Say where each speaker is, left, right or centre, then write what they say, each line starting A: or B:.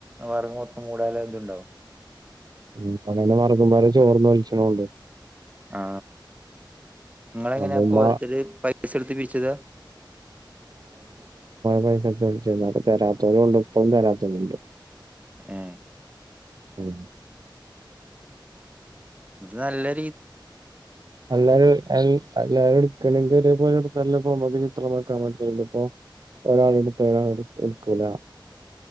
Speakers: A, on the right (about 15°); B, on the right (about 55°).
A: വർഗ മൊത്തം കൂടാലും ഇതുണ്ടാവും
B: ഉ അടെ മറക്കുമ്പര ചോർന്ന വലിച്ചണണ്ട്
A: ആ നിങ്ങള എങ്ങനെയാ
B: അപ്പൊ ഉമ്മ
A: പോരോരുത്തരെ പൈസ എടുത്ത് പിരിച്ചതാ -
B: പയസ തരാത്തരുഒണ്ട് ഇപ്പോഴും തരാത്തരുണ്ട്
A: ഏഹ്
B: ഉം
A: ഇത് നല്ലേ
B: അല്ലാരും അൽ എല്ലാരും എടുക്കണെങ്ക ഒരേ പോലെ എടുത്ത- അപ്പൊ നമുക്ക് <unintelligible> ഇപ്പോ ഒരാളെ എടുത്താ ഒരാളെ എടുക്കൂലാ